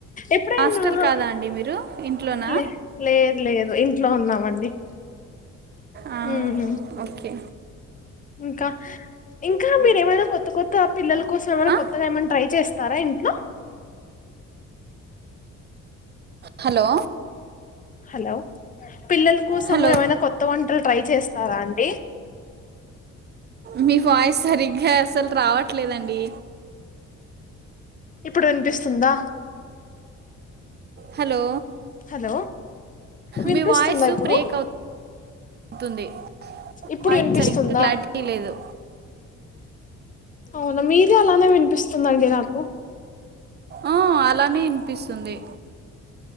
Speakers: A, on the left; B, on the right.
A: ఎప్పుడైనా
B: హాస్టల్ కాదా అండి మీరు ఇంట్లోనా
A: లే లేదు లేదు ఇంట్లో ఉన్నామండి
B: ఆ,
A: హమ్
B: ఓకే
A: ఇంకా ఇంకా మీర ఏమైనా కొత్త కొత్త పిల్లల కోసం ఏమైనా
B: ఆ?
A: కొత్తగా ఏమైనా ట్రై చేస్తారా ఇంట్లో
B: హలో
A: హలో పిల్లల కోసము
B: హలో
A: ఏమైనా కొత్త వంటలు ట్రై చేస్ తదా అండి
B: మీ వాయిస్ సరిగ్గా అసల్ రావట్ ట్లే లేదండి
A: ఇప్పుడు వినిపిస్తుందా
B: హలో
A: హలో వినిపిస్తుందా
B: మీ వాయిస్
A: ఇప్పుడు
B: బ్రేక్ అవ్తు తుంది
A: ఇప్పుడు
B: వాయిస్
A: వినిపిస్తుందా
B: సరిగ్గా క్లారిటీ లేదు
A: అవునా మీదే అలానే వినిపిస్తుందండి నాకు
B: ఆ అలానే వినిపిస్తుంది